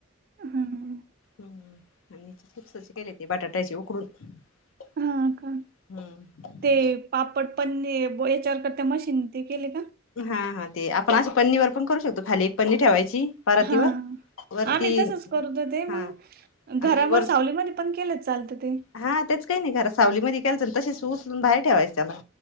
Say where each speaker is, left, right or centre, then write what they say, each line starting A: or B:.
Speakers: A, on the right; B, on the left.
A: हम्म.
B: हम्म. आणि ते चिप्सच केले ते बटाट्याचे उकडून <inaudible>
A: हा का?
B: हम्म.
A: ते पापड पन्ने ह्याच्यावर कर्त्या मशिन ते केले का?
B: हा हा ते आपण असे पन्नी वर पण करू शकतो खाली एक पन्नी ठेवायची. परातीवर
A: हा
B: वरती
A: आम्ही तसच करतो ते
B: हा
A: मंग
B: आणि
A: घरा
B: वर
A: म सावलीमध्ये पण केलं चालतं ते.
B: हा तेच काही नाई घरा सावलीमध्ये केलाच तसे उचलून बाहेर ठेवायचं त्याला.